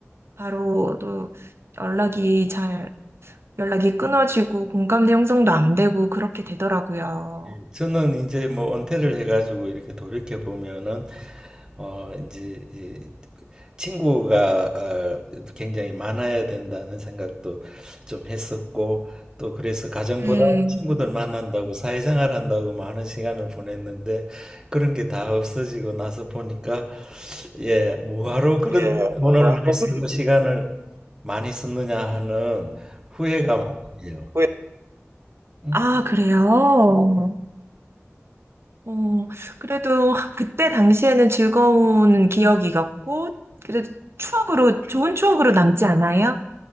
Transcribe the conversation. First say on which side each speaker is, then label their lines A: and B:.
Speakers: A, on the right; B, on the right.
A: 바로 또 연락이 잘, 연락이 끊어지고 공감대 형성도 안 되고 그렇게 되더라고요.
B: 예, 저는 이제 뭐 은퇴를 해가지고 이렇게 돌이켜 보면은, 어, 이제, 예, 친구가 어, 굉장히 많아야 된다는 생각도 좀 했었고 또 그래서 가정보다
A: 네.
B: 친구들 만난다고 사회생활 한다고 많은 시간을 보냈는데 그런 게 다 없어지고 나서 보니까 예 뭐하러 그런
A: 예,
B: 돈을
A: 뭐가
B: 많이
A: 하고
B: 쓰고
A: 그
B: 시간을 많이 썼느냐 하는 후회가 많아요.
A: 후회
B: 음?
A: 아, 그래요? 어, 그래도 그때 당시에는 즐거운 기억이었고, 그래도 추억으로, 좋은 추억으로 남지 않아요?